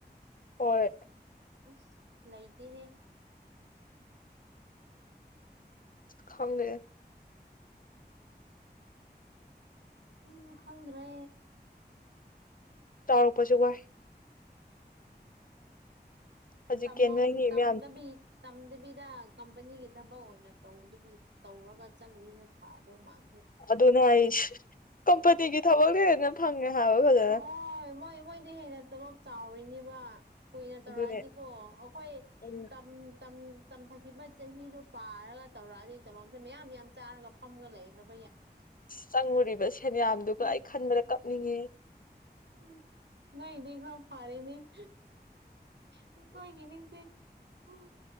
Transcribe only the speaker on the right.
ꯑꯁ ꯂꯩꯇꯦꯍꯦ
ꯎꯝ ꯈꯪꯗ꯭ꯔꯦ
ꯇꯝꯃꯝ
ꯇꯝꯗꯕꯤ
ꯇꯝꯗꯕꯤ ꯁꯤꯗ ꯀꯝꯄꯅꯤꯒꯤ ꯊꯕꯛ ꯑꯣꯏꯅ ꯇꯧꯗꯨꯒꯤ ꯇꯧꯔꯒ ꯆꯠꯂꯨꯁꯤꯅ ꯐꯥꯗꯧ ꯃꯥꯜ
ꯍꯣꯏ ꯃꯣꯏ ꯃꯣꯏꯗꯤ ꯍꯦꯟꯅ ꯇꯣꯂꯣꯞ ꯆꯥꯎꯔꯤꯅꯦꯕ ꯀꯨꯏꯅ ꯇꯧꯔꯛꯑꯗꯤꯀꯣ
ꯑꯈꯣꯏ
ꯇꯝ ꯇꯝ ꯇꯝꯊꯈꯤꯕ ꯆꯍꯤꯗꯣ ꯄꯥꯔꯒ ꯇꯧꯔꯛꯑꯗꯤ ꯇꯣꯂꯣꯞꯁꯦ ꯃꯌꯥꯝ ꯃꯌꯥꯝ ꯆꯥꯔꯒ ꯐꯝꯒ ꯂꯩꯒ꯭ꯔꯕ
ꯎꯝ
ꯎꯝ
ꯎꯝ ꯎꯝ ꯅꯣꯢꯒꯤꯗꯤ ꯈꯔꯕꯨ ꯐꯥꯔꯤꯅꯦ ꯍꯨ ꯍꯨ ꯑꯩꯈꯣꯢꯒꯤꯅꯤꯁꯦ ꯎꯝ